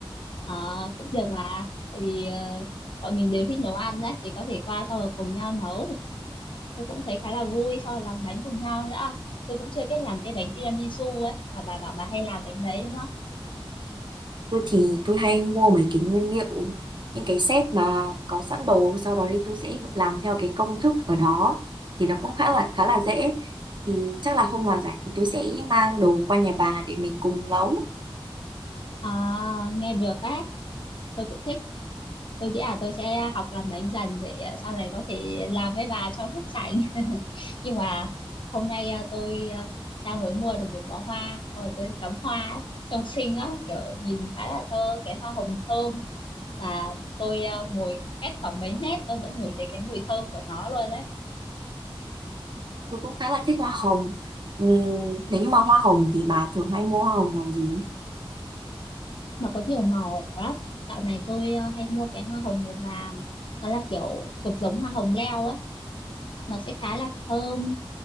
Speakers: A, on the left; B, on the right.
A: Ờ, cũng được mà tại vì ờ, bọn mình đều thích nấu ăn đấy thì có thể qua sau rồi cùng nhau nấu tôi cũng thấy khá là vui sau rồi làm bánh cùng nhau nữa tôi cũng chưa biết làm cái bánh tiramisu ấy mà bà bảo bà hay làm bánh đấy đúng không
B: Tôi thì tôi hay mua mấy cái nguyên liệu những cái set mà có sẵn đồ sau đó thì tôi sẽ làm theo cái công thức ở đó thì nó cũng khá là khá là dễ thì chắc là hôm nào rảnh thì tôi sẽ mang đồ qua nhà bà để mình cùng nấu
A: à, nghe được á tôi cũng thích tôi nghĩ là tôi sẽ học làm bánh dần để à, sau này có thể làm với bà trong lúc rảnh <laughs> nhưng mà hôm nay à, tôi à, đang mới mua được một bó hoa xong rồi tôi cắm hoa ấy, trông xinh lắm kiểu nhìn khá là thơ cái hoa hồng thơm và tôi à, ngồi cách khoảng mấy mét tôi vẫn ngửi thấy cái mùi thơm của nó luôn đấy
B: tôi cũng khá là thích hoa hồng Ừm, nếu như mà hoa hồng thì bà thường hay mua hoa hồng màu gì
A: nó có nhiều màu lắm dạo này tôi à, hay mua cái hoa hồng màu vàng nó là kiểu thuộc giống hoa hồng leo ấy nó sẽ khá là thơm